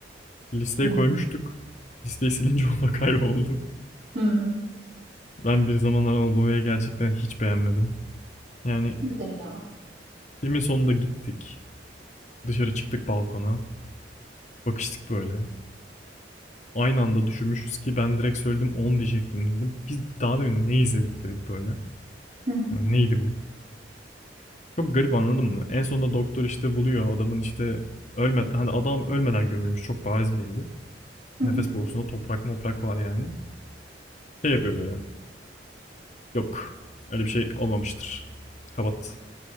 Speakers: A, on the left (about 40°); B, on the right (about 50°).
A: Listeye
B: Hı
A: koymuştuk. Listeyi silince <laughs> o da kayboldu.
B: hı. hı.
A: Ben bir zamanlar Anadolu'ya gerçekten hiç beğenmedim. Yani
B: Budur ya.
A: filmin sonunda gittik. Dışarı çıktık balkona. Bakıştık böyle. Aynı anda düşünmüşüz ki ben direkt söyledim 10 diyecektim dedim. Biz daha demin ne izledik dedik böyle.
B: Hı hı.
A: Yani neydi bu? Çok garip anladın mı? En sonunda doktor işte buluyor adamın işte ölme hani adam ölmeden gömülmüş çok bariz belli.
B: Hı hı.
A: Nefes borusunda toprak moprak var yani. Şey yapıyor böyle. Yok. Öyle bir şey olmamıştır. Kapat.